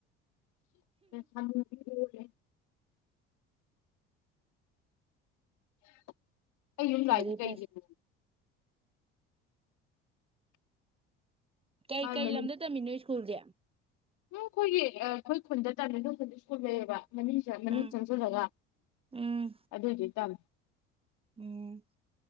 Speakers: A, on the left; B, on the right.
A: <unintelligible> <unintelligible> ꯑꯩ ꯌꯨꯝ
B: ꯐꯔꯦ
A: ꯂꯥꯛꯏꯁꯤ ꯀꯩꯒꯤꯅꯣ
B: ꯐꯔꯦ ꯀꯩ
A: ꯃꯥꯏ
B: ꯀꯩ
A: ꯃꯌꯨꯝꯁꯦ
B: ꯂꯝꯗ ꯇꯝꯃꯤꯅꯣ ꯁ꯭ꯀꯨꯜꯁꯦ
A: ꯎꯝ ꯑꯩꯈꯣꯏꯒꯤ ꯑꯩꯈꯣꯏ ꯈꯨꯟꯗ ꯇꯥꯃꯤ ꯑꯩꯈꯣꯏ ꯈꯨꯟꯗ ꯁ꯭ꯀꯨꯜ ꯂꯩꯌꯦꯕ ꯃꯅꯨꯡ ꯃꯅꯨꯡ
B: ꯎꯝ
A: ꯆꯪꯁꯤꯜꯂꯒ
B: ꯎꯝ
A: ꯑꯗꯨꯏꯗꯤ ꯇꯝꯃꯦ
B: ꯎꯝ